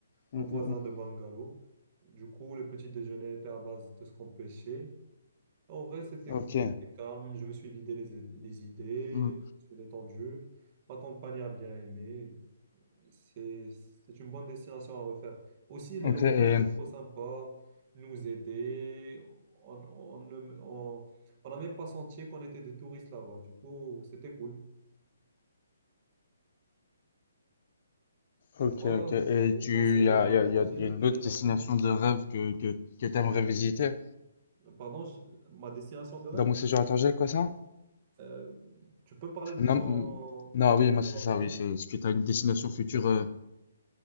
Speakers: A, on the left; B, on the right.
A: Mm,
B: nos voisins
A: mm, mm.
B: de Bungalow. Du coup, le petit déjeuner était à base de ce qu'on pêchait. En vrai, c'était
A: ok,
B: cool, c'était calme. Je me suis vidé les, les idées,
A: Mm.
B: je me suis détendu. Ma compagne a bien aimé. C'est, c'est une bonne destination à refaire. Aussi, les
A: ok,
B: locaux
A: et,
B: étaient trop sympas, ils nous aidaient. On, on, ne- on, on n'a même pas senti qu'on était des touristes là-bas. Du coup, c'était cool. Et
A: ok,
B: toi,
A: ok. Et
B: pour
A: tu,
B: ton séjour
A: y a, y
B: à
A: a-
B: Tanger,
A: y a- y a une
B: t'as
A: autre
B: déjà
A: destination
B: fait,
A: de rêve que, que, que t'aimerais visiter?
B: pardon, je- ma destination de rêve?
A: Dans mon séjour à Tanger, quoi ça?
B: Euh, tu peux me parler de ton
A: Non, mm, non, oui,
B: séjour
A: moi c'est
B: à
A: ça,
B: Tanger?
A: oui. C'est, est-ce que tu as une destination future? euh,